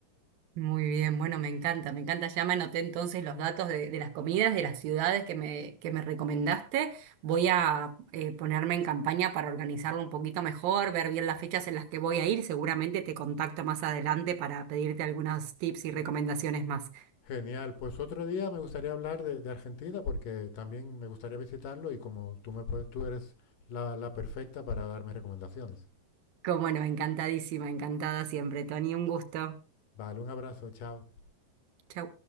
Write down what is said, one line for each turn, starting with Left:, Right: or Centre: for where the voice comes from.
Right: Muy bien, bueno, me encanta, me encanta. Ya me anoté entonces los datos de, de las comidas, de las ciudades que me, que me recomendaste. Voy a eh, ponerme en campaña para organizarlo un poquito mejor, ver bien las fechas en las que voy a ir. Seguramente te contacto más adelante para pedirte algunos tips y recomendaciones más.
Left: Genial, pues otro día me gustaría hablar de, de Argentina porque también me gustaría visitarlo y como tú, me puedes- tú eres la, la perfecta para darme recomendaciones.
Right: Como no, encantadísima, encantada siempre, Tony. Un gusto.
Left: Vale, un abrazo, chao.
Right: Chau.